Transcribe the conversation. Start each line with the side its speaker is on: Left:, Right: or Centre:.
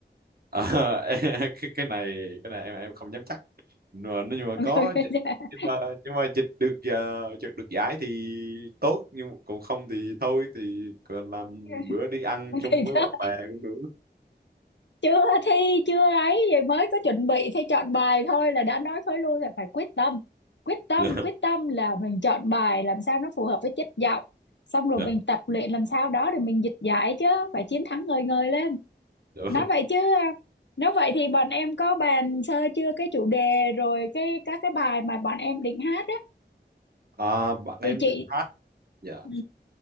Right: ờ, <laughs> cái cái này cái này em em không dám chắc nhưng mà nếu mà
Left: <laughs>
Right: có dịch nhưng mà nhưng mà dịch được uh, được giải thì tốt nhưng mà còn không thì thôi thì còn làm
Left: <laughs>
Right: bữa đi ăn chung
Left: thì
Right: với
Left: đó
Right: bạn bè cũng được
Left: chưa thi chưa ấy vậy mới có chuẩn bị thi chọn bài thôi là đã nói thôi luôn là phải quyết tâm quyết tâm
Right: <laughs>
Left: quyết tâm là mình chọn bài làm sao nó phù hợp với chất giọng xong rồi
Right: dạ
Left: mình
Right: dạ
Left: tập luyện làm sao đó để mình dịch giải chứ phải chiến thắng ngời ngời lên
Right: dạ.
Left: nói vậy chứ à, nếu vậy thì bọn em có bàn sơ chưa cái chủ đề rồi cái các cái bài mà bọn em định hát á
Right: À, bạn em
Left: thì chị
Right: định hát dạ
Left: ừ,